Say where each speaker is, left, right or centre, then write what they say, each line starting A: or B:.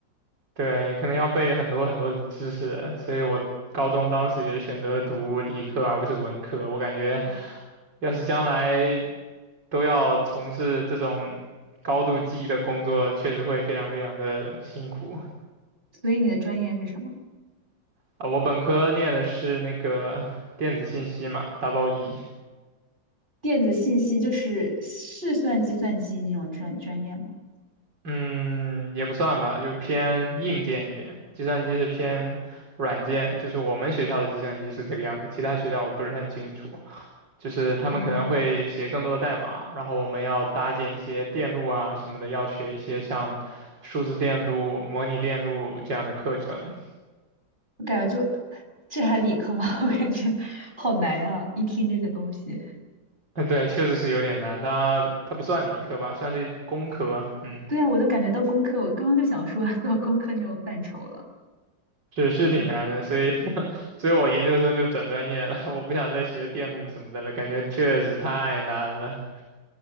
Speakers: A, on the right; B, on the right.
A: 对，可能要背很多很多的知识，所以我高中当时也是选择了读理科而不是文科。我感觉，要是将来都要从事这种高度记忆的工作，确实会非常非常的辛苦
B: 所以你的专业是什么？
A: 啊。我本科念的是那个电子信息嘛，double E。
B: 电子信息就是是算计算机那种专专业吗？
A: 嗯，也不算吧，就偏硬件一点。计算机是偏软件，就是我们学校的计算机是这个样子，其他学校我不是很清楚。就是他们可能会写更多的代码，
B: 哦，
A: 然后我们要搭建一些电路啊什么的，要学一些像数字电路、模拟电路这样的课程。
B: 我感觉就这还理科吗？<laughs> 我感觉好难呀、一听这个东西，
A: <laughs> 对，确实是有点难，它它不算理科吧，算是工科。嗯
B: 对啊，我都感觉到工科，我刚刚就想说 <laughs> 到工科那种范畴了。
A: 是是挺难的，
B: 对，
A: 所以 <laughs> 所以我研究生就转专业了，<laughs> 我不想再学电路什么的了，感觉确实太难了。